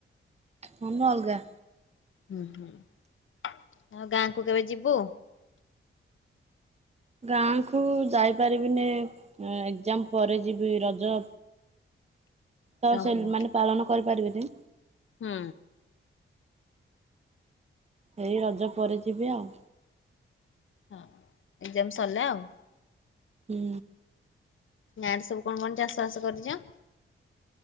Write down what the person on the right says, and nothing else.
ମନ ଅଲ୍ଗା।
ଗାଁକୁ ଯାଇପାରିବିନି ଏ ଏକ୍ଜାମ୍ ପରେ ଯିବି ରଜ ତ
ସେ ମାନେ ପାଳନ କରିପାରିବେନି
ଏଇ ରଜ ପରେ ଯିବି ଆଉ।
ହୁଁ।